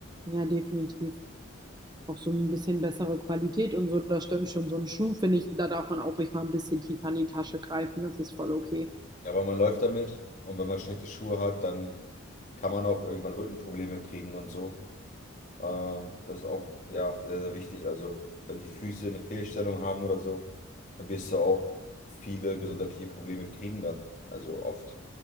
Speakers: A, on the right; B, on the left.
A: ja, definitiv. Auch so ein bisschen bessere Qualität und so, das stimmt schon. So ein Schuh, finde ich, da darf man auch ruhig mal ein bisschen tiefer in die Tasche greifen. Das ist voll okay.
B: Ja, weil man läuft damit und wenn man schlechte Schuhe hat, dann kann man auch irgendwann Rückenprobleme kriegen und so. Ähm, das ist auch, ja, sehr, sehr wichtig. Also, wenn die Füße eine Fehlstellung haben oder so, dann wirst du auch viele gesundheitliche Probleme kriegen dann. Also oft.